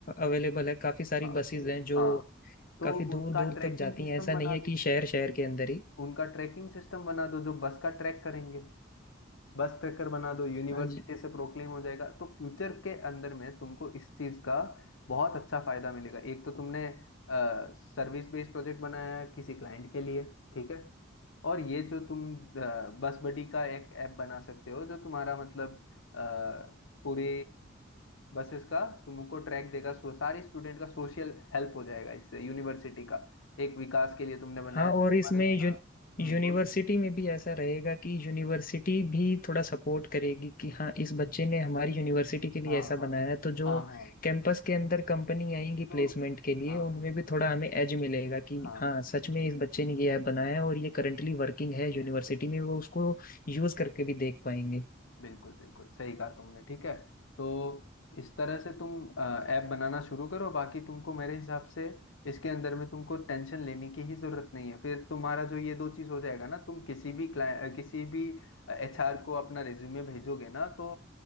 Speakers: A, on the left; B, on the left.
A: अवेलेबल है काफ़ी सारी
B: हाँ
A: बसेज हैं जो
B: हाँ तो
A: काफ़ी दूर
B: उनका
A: दूर
B: ट्रैकिंग
A: तक जाती
B: सिस्टम
A: हैं ऐसा
B: बना
A: नहीं है
B: दो
A: कि शहर शहर के अंदर ही
B: उनका ट्रैकिंग सिस्टम बना दो जो बस का ट्रैक करेंगे बस ट्रैकर बना दो यूनिवर्सिटी
A: हाँ
B: से प्रोक्लेम हो जाएगा तो फ्यूचर के अंदर में तुमको इस चीज का बहुत अच्छा फायदा मिलेगा एक तो तुमने सर्विस बेस्ड प्रोजेक्ट बनाया है किसी क्लाइंट के लिए ठीक है और ये जो तुम अ, बस बडी का एक ऐप बना सकते हो जो तुम्हारा मतलब अ, पूरे बसेस का तुमको ट्रैक देगा सो सारे स्टूडेंट का सोशल हेल्प हो जाएगा इससे यूनिवर्सिटी का एक विकास के लिए तुमने बनाया
A: हाँ
B: तुम्हारे
A: और इसमें
B: हाँ,
A: यून,
B: हम्म
A: यूनिवर्सिटी
B: बोलो
A: में भी ऐसा रहेगा कि यूनिवर्सिटी भी थोड़ा सपोर्ट करेगी कि हाँ इस बच्चे ने हमारी यूनिवर्सिटी के लिए
B: हाँ
A: ऐसा
B: हाँ
A: बनाया है तो जो
B: हाँ हाँ
A: कैंपस के अंदर कंपनी आएंगी
B: तो
A: प्लेसमेंट के लिए
B: हाँ
A: उनमें भी थोड़ा हमें एज मिलेगा कि
B: हाँ
A: हाँ सच में इस बच्चे ने ये ऐप बनाया है और ये करंटली वर्किंग है यूनिवर्सिटी
B: बिल्कुल
A: में वो उसको यूज करके भी देख पाएंगे
B: बिल्कुल बिल्कुल सही कहा तुमने ठीक है तो इस तरह से तुम ऐप बनाना शुरू करो बाकी तुमको मेरे हिसाब से इसके अंदर में तुमको टेंशन लेने की ही जरूरत नहीं है फिर तुम्हारा जो ये दो चीज हो जाएगा ना तुम किसी भी क्लाइंट किसी भी एचआर को अपना रिज्यूमे भेजोगे ना तो